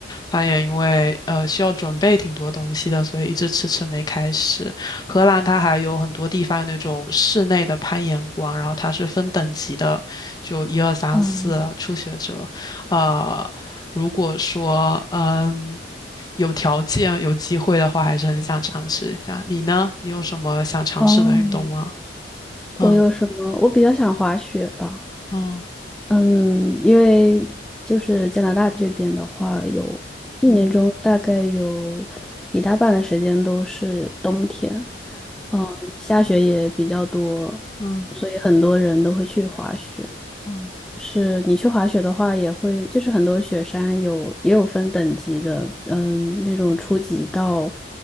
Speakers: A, on the left; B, in the centre.
A: 攀岩因为呃需要准备挺多东西的，所以一直迟迟没开始。荷兰它还有很多地方有那种室内的攀岩馆，然后它是分等级的，就一二三四初学者。
B: 嗯，
A: 呃，如果说嗯。有条件、有机会的话，还是很想尝试一下。你呢？你有什么想尝试的运动吗？
B: 哦，我有什么？
A: 嗯
B: 我比较想滑雪吧。
A: 嗯
B: 嗯，因为就是加拿大这边的话，有一年中大概有一大半的时间都是冬天，
A: 嗯
B: 嗯，下雪也比较多，
A: 嗯
B: 所以很多人都会去滑雪。
A: 嗯
B: 就是你去滑雪的话，也会就是很多雪山有也有分等级的，嗯，那种初级道，